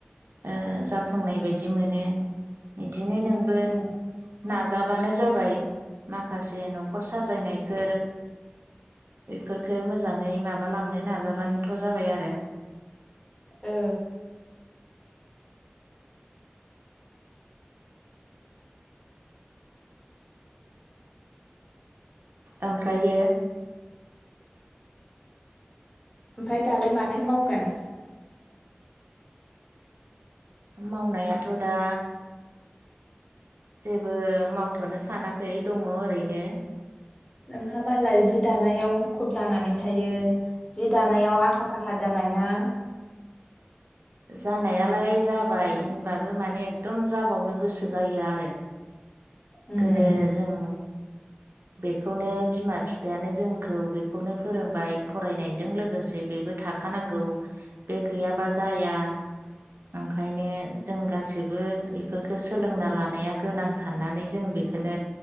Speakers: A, on the right; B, on the left.
A: ओ जाफुंनाय बायदि मोनो। दिनो नोंबो
B: औ
A: नाजाबानो जाबाय माखासे न'खर साजायनायफोर बेफोरखो मोजाङै माबालांनो नाजाबानोथ' जाबाय आरो
B: औ
A: ओमफ्रायो
B: ओमफाय दालाय माथो मावगोन
A: मावनायाथ' दा जेबो मावथ'नो सानाखै दङ ओरैनो
B: नोंहा मालाय जि दानायाव मुखुब जानानै थायो जि दानायाव आखा फाखा जाबाय बायना
A: जानायालाय जाबाय होनबाबो माने एकदम जाबावनो गोसो जायो आरो
B: <inaudible> उम
A: गोदो जों
B: <inaudible>
A: बेखौनो बिमा बिफायानो जोंखौ बेखौनो फोरोंबाय फरायनायजों लोगोसे बेबो था खानांगौ बे गैयाबा जाया ओंखायनो जों गासिबो बेफोरखौ सोलोंना लानाया गोनां साननानै जों बे बेखोनो